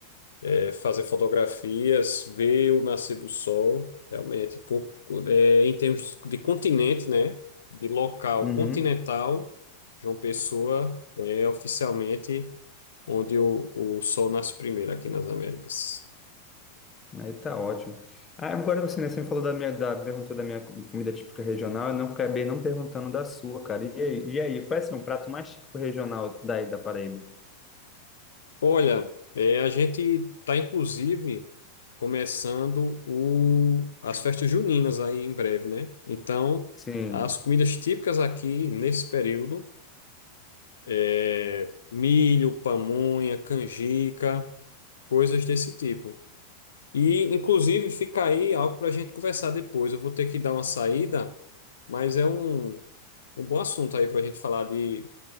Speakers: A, on the left; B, on the left.
A: é, fazer fotografias, ver o nascer do sol, realmente, pô, é, em termos de continente, né? De local
B: Uhum.
A: continental, João Pessoa é oficialmente onde o, o sol nasce primeiro aqui nas Américas.
B: Aí tá ótimo. Ah, agora você, né, você me falou da minha, da, perguntou da minha comida típica regional, eu não acabei não perguntando da sua, cara. E aí, e aí, qual é assim, o prato mais típico regional daí da Paraíba?
A: Olha, é, a gente está inclusive começando o, as festas juninas aí em breve, né? Então,
B: Sim.
A: as comidas típicas aqui nesse período. é, milho, pamonha, canjica, coisas desse tipo. E, inclusive, fica aí algo para a gente conversar depois. Eu vou ter que dar uma saída, mas é um, um bom assunto aí para a gente falar de,